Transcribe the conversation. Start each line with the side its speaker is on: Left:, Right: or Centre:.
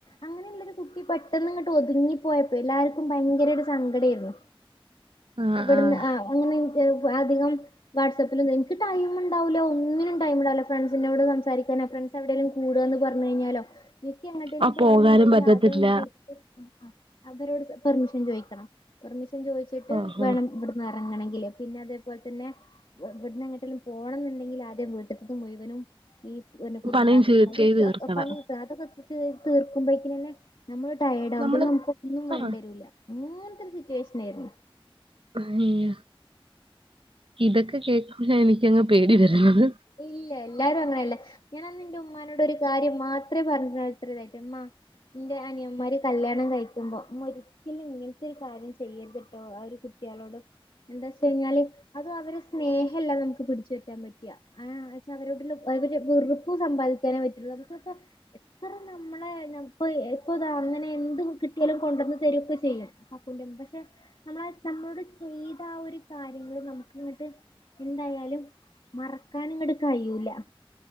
Left: അങ്ങനെയുള്ളരു കുട്ടി പെട്ടെന്ന് ഇങ്ങട്ട് ഒതുങ്ങി പോയപ്പോ എല്ലാർക്കും ഭയങ്കരരു സ ങ്കടേര്ന്നു
Right: ആഹ്
Left: ഇവട്ന്ന്
Right: ആഹ്.
Left: അ അങ്ങനെ അധികം വാട്സപ്പിലും ഇതിലും ഇൻക്ക് ടൈം ഇണ്ടാവൂല്ല ഒന്നിനും ടൈം ഇണ്ടാവൂല്ല ഫ്രണ്ട്സിനോട് സംസാരിക്കാനൊ ഫ്രെണ്ട്സ് എവിടേലും കൂടാന്ന് പറ്ഞ്ഞഴിഞ്ഞാലോ എനിക്ക് എങ്ങടേലും
Right: ആഹ്
Left: പോണന്നുണ്ടെങ്കില്
Right: പോകാനും പറ്റത്തില്ല.
Left: ആദ്യം ഈ കുര്പ്പ് ആഹ് അവരോട് പെർമിഷൻ ചോയിക്കണം പെർമിഷൻ ചോയിച്ചിട്ട്
Right: ഓഹ്
Left: വേണം
Right: ഓഹ്.
Left: ഇവിട്ന്ന് എറങ്ങണങ്കില് പിന്നെ അതേപോലെ തന്നെ ഇവിട്ന്ന് എങ്ങട്ടേലും പോണംന്നുണ്ടെങ്കിൽ ആദ്യം വീട്ട്ത്ത്ത്ത് മുഴുവനും ഈ വര്ന ഫുഡ്
Right: പണിയും
Left: ഇണ്ടാക്കല്
Right: ചെയ്
Left: താക്കലും
Right: ചെയ്ത് തീർക്കണം
Left: അതൊക്കെ പണി അതൊക്കെ തീർക്കുമ്പഴേക്കിനന്നെ നമ്മള് ട്ടയേഡ് ആകും
Right: നമ്മള്
Left: പിന്നെ നമുക്ക് ഒന്നും
Right: ആഹ്
Left: വേണ്ടിരൂല്ല അങ്ങൻത്തെരു സിറ്റുവേഷനായിരുന്നു
Right: അയ്യോ ഇതൊക്കെ കേക്കുമ്പ എനിക്കങ്ങ് പേടി വരുന്നത്
Left: ഇല്ല എല്ലാരും അങ്ങനെല്ല ഞാന് അന്ന് ഇന്റെ ഉമ്മാനോട് ഒരു കാര്യം മാത്രേ പറഞ്ഞത്രതായിട്ട് ഇമ്മാ ഇന്റെ അനിയന്മാര് കല്യാണം കഴിക്കുമ്പോ ഉമ്മ ഒരിക്കലും ഒരിക്കലും ഇങ്ങനത്തെ ഒരു കാര്യം ചെയ്യരുത്ട്ടോ ആഹ് ഒരു കുട്ടിയാളോട് എന്താച്ച്കഴിഞ്ഞാല് അത് അവരെ സ്നേഹല്ല നമമ്മക്ക് പിടിച്ചുപറ്റാൻ പറ്റാ ആഹ്ച്ചാ അവരോടുള്ള ഒര് വെറുപ്പ് സമ്പാദിക്കാനേ പറ്റുള്ളൂ നമുക്കിപ്പ എത്ര നമ്മളെ ഇപ്പതാ അങ്ങനെ എന്ത് കിട്ടിയാലും കൊണ്ടന്ന് തരുക്കെ ചെയ്യും കാകൂന്റെമ്മ പഷെ നമ്മൾ നമ്മളോട് ചെയ്ത ആഹ് ഒരു കാര്യങ്ങൾ നമുക്ക്ങ്ങട്ട് ഇണ്ടായാ എന്നാലും മറക്കാന്ങ്ങട്ട് കയ്യൂല.